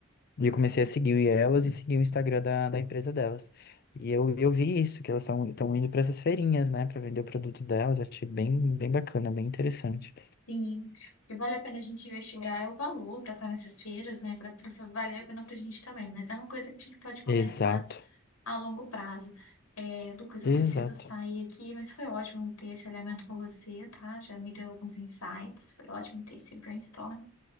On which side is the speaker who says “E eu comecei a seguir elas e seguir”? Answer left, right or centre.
Left